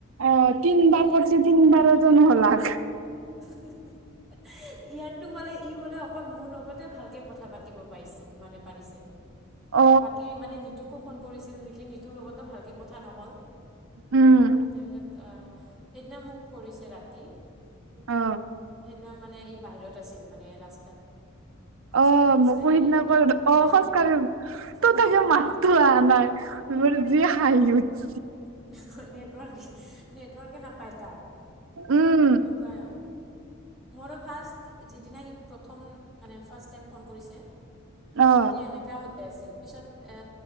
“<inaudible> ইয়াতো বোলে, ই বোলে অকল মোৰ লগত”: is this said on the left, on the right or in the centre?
Centre